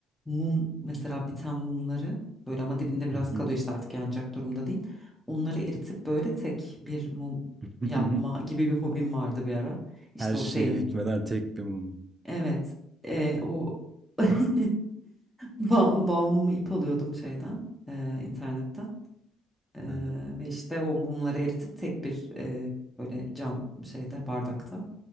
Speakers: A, in the centre; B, on the right (about 25°).
A: mum mesela biten mumları böyle ama dibinde biraz
B: Hı hı.
A: kalıyor işte artık yanacak durumda değil. Onları eritip böyle tek bir mum
B: <laughs>
A: yapma gibi bir hobim vardı bir ara. İşte
B: Her
A: o
B: şeye
A: şeyini
B: hükmeden tek bir mum.
A: Evet. Ee, o <laughs> ba bağımımı ip alıyordum şeyden, e, internetten. E,
B: <laughs>
A: ve işte o mumları eritip tek bir e, böyle cam şeyde bardakta